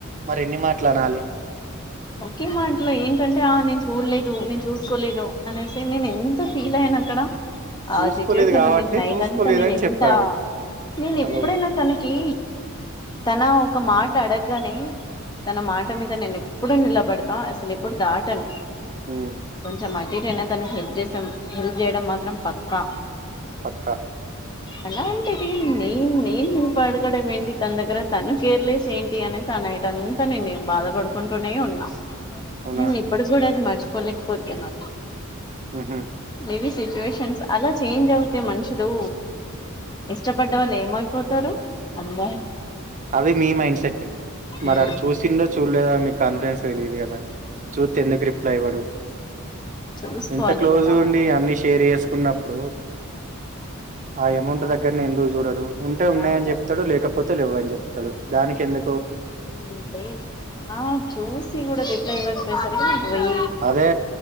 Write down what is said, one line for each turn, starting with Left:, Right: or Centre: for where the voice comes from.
Right: మరి ఎన్ని మాటల్లు అన్నాలి
Left: ఒకే మాటలో ఆ ఏంటంటే ఆ చూడలేదు నేను చూసుకోలేదు అనేసి నేను ఎంత ఫీల్ అయ్యాను అక్కడ
Right: చూసుకోలేదు
Left: ఆ సిచువేషన్
Right: కాబట్టి
Left: నిన్న నైట్
Right: చూసుకోలేదని
Left: అంతా నేను ని ఎంతా
Right: చెప్పాడు
Left: నేను
Right: హలో
Left: ఎప్పుడైనా తనకి తన ఒక మాట అడగగానే తన మాట మీద నేను ఎప్పుడు నిలబడతాను అసలు ఎప్పుడు దాటను
Right: ఉమ్
Left: కొంచెం ఆటు ఇటు తనకి హెల్ప్ చేసాం హెల్ప్ చేయడం మాత్రం పక్కా
Right: పక్క
Left: అలా అంటేది నేను నేను హెల్ప్ అడగడం ఏంటి తన దగ్గర తను కేర్లెస్ ఏంటి అని తనైట్ అంతా నే నేను బాధపడుకుంటూనే ఉన్నా
Right: అవునా
Left: నేను ఇప్పుడు కూడా అది మర్చిపోలేకపోతున్నా
Right: ఉహు
Left: మేబీ సిచ్యువేషన్స్ అలా చేంజ్ అవుతాయి మనుషులు ఇష్టపడ్డ వాళ్లు ఏమైపోతారు అబ్బా
Right: అది మీ మైండ్ సెట్ మరి
Left: ఉమ్,
Right: అడా చూసిందో చూడలే అని మీకు కాన్ఫిడెన్స్ తెలియదు కదా చూత్ ఎందుకు రిప్లై ఇవ్వడు
Left: చూసుకోవాలి
Right: ఇంత క్లోజ్
Left: కదా
Right: ఉండి అన్ని షేర్ చేసుకున్నప్పుడు ఆ అమౌంట్
Left: నా
Right: దగ్గరనే ఎందుకు చూడడు ఉంటే ఉన్నాయని
Left: నా పట్ల
Right: చెప్తాడు లేకపోతే లేవ అని చెప్తాడు తడు దానికి ఎందు
Left: అంటే ఆ చూసి కూడా రిప్లై ఇవ్వకపోయేసరికి నాకు పోయ
Right: అదే